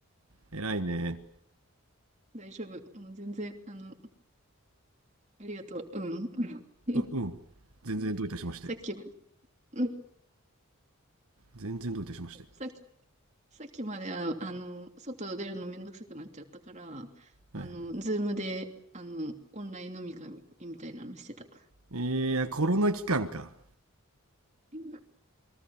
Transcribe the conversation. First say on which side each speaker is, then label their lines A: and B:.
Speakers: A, on the right (about 80°); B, on the right (about 30°).
A: 偉いね
B: 大丈夫。もう全然、あの、ありがとう。うん。<laughs> で、
A: ーう、うん。全然どういたしまして。
B: さっき、うん
A: 全然どういたしまして。
B: さっき、さっきまでは、あの、外出るのめんどくさくなっちゃったから、
A: はい。
B: あの、ズームで、あの、オンライン飲み会みたいなのしてた。
A: いや、コロナ期間か。
B: リ